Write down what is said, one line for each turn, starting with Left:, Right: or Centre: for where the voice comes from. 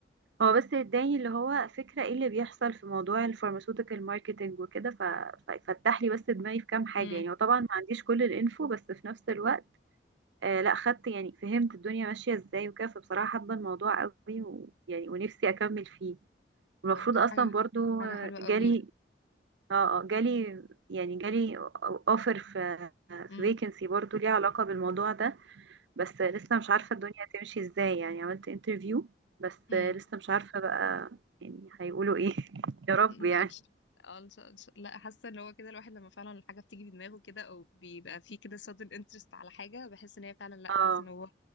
Right: هو بس اداني اللي هو فكره ايه اللي بيحصل في موضوع الفارماسيوتيكال ماركتنج وكده ف... ففتح لي بس دماغي في كام حاجه
Left: امم
Right: يعني وطبعا ما عنديش كل الانفو بس في نفس الوقت آه لا خدت يعني فهمت الدنيا ماشية ازاي وكده فبصراحة حابة الموضوع قوي ويعني ونفسي اكمل فيه والمفروض
Left: طب ده
Right: اصلا
Left: حاجه
Right: برضو
Left: حاجه
Right: آه،
Left: حلوه
Right: جالي
Left: قوي
Right: اه آه، جالي يعني جالي اوفر في في
Left: امم
Right: فيكنسي برضو ليها علاقة بالموضوع ده بس لسه مش عارفة الدنيا هتمشي ازاي يعني عملت انترفيو بس
Left: امم
Right: آه، لسه مش عارفة بقى يعني هيقولوا ايه <laughs> يا رب
Left: لا
Right: يعني
Left: إن شاء- اه إن شاء- إن شاء- لا حاسه ان هو كده الواحد لما فعلا الحاجه بتيجي في دماغه كده او بيبقى فيه كده sudden interest على حاجه بحس ان هي فعلا لا
Right: اه
Left: تحس ان هو